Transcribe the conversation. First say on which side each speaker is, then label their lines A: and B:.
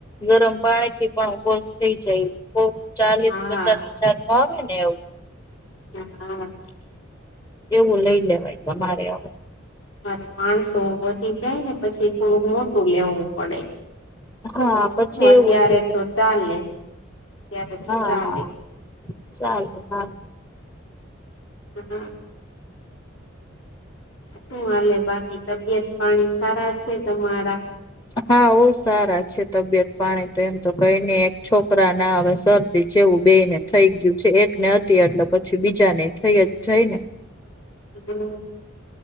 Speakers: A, on the left; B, on the left.
A: ગરમ પાણીથી પણ વોશ થઈ જાય કોક ચાલીસ
B: હા
A: પચાસ હજારનું આવે ને એવું.
B: હા.
A: એવું લઈ લેવાય તમારે અવે.
B: તમારે માણસો વધી જાયને પછી થોડુંક મોટું લેવું પડે.
A: હા
B: તો
A: પછી
B: હું અત્યારે
A: એવું લઈ લે
B: તો ચાલે. અત્યારે તો
A: હા
B: ચાલે
A: હા ચાલે હા.
B: હા. શું હાલે બાકી તબિયત પાણી સારાં છે તમારા?
A: હા ઓ સારા છે તબિયત પાણી તો એમ તો કંઈ નઈ એક છોકરાના હવે શરદી જેવું બેયને થઈ ગયું છે એકને હતી એટલે પછી બીજાને થઈ અજ જાઈને.
B: હમ્મ.